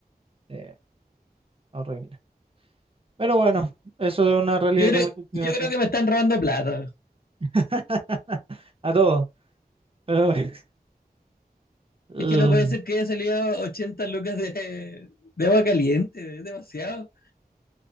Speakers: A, on the right; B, on the left.
A: Eh, horrible. Pero bueno, eso es una realidad
B: Yo creo,
A: que muchos chilenos
B: yo creo
A: tienen.
B: que me están robando plata.
A: <laughs> A todos, pero <laughs> el-
B: Es que no puede ser que haya salido 80 lucas de, de agua caliente. Es demasiado.